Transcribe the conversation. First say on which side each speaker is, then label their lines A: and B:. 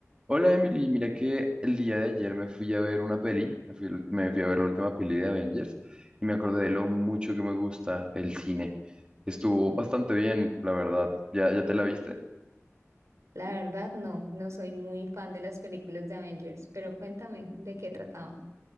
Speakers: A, on the right (about 20°); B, on the right (about 70°).
A: Hola Emily, mira que el día de ayer me fui a ver una peli, me fui, me fui a ver la última peli de Avengers y me acordé de lo mucho que me gusta el cine. Estuvo bastante bien, la verdad. ¿Ya, ya te la viste?
B: La verdad, no, no soy muy fan de las películas de Avengers, pero cuéntame de qué trataba.